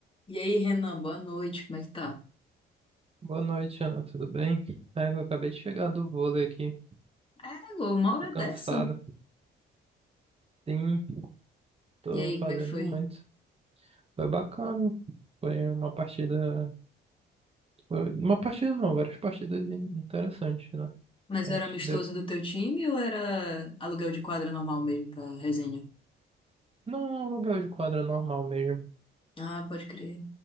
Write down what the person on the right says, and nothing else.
Boa noite, Ana. Tudo bem? É, eu acabei de chegar do vôlei aqui.
Tô cansado.
Sim, tô
fazendo
muito. Foi bacana. Foi uma partida. foi- Uma partida não, várias partidas in- interessantes, né?
A
gente
deu.
Não, é um lugar de quadra normal mesmo.